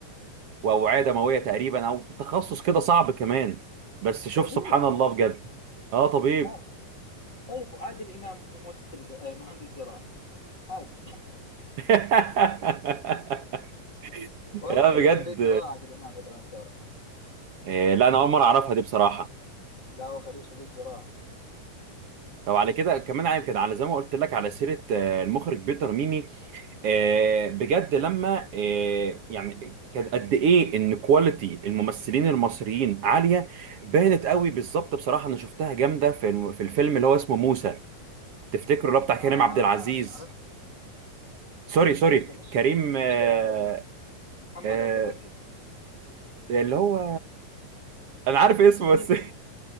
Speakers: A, on the right; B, on the left.
A: واوعيه دمويه تقريبا او تخصص كده صعب كمان بس شوف
B: طبيب
A: سبحان الله
B: هو
A: بجد اه طبيب
B: آه طيب وعادل امام ممثل ز... آه مهندس زراعي عادي
A: <laughs>
B: <laughs>
A: يا
B: والله خريج
A: بجد
B: كليه زراعه عادل امام اذا ما بتعرف
A: آه، لا انا اول مره اعرفها دي بصراحه
B: لا هو خريج كليه زراعه
A: طب على كده كمان يمكن على زي ما قلت لك على سيره آه، المخرج بيتر ميمي آه،
B: مم.
A: بجد لما آه، يعني كان قد ايه ان كواليتي الممثلين المصريين عاليه بانت قوي بالظبط بصراحه انا شفتها جامده في في الفيلم اللي هو اسمه موسى تفتكروا اللي هو بتاع كريم
B: اه
A: عبد العزيز
B: عرفت
A: سوري سوري
B: موسى مشكل
A: كريم آه،
B: مشكلة عبد العزيز محمد
A: آه،
B: عبد العزيز
A: اللي هو انا عارف اسمه
B: ابن
A: بس
B: الف...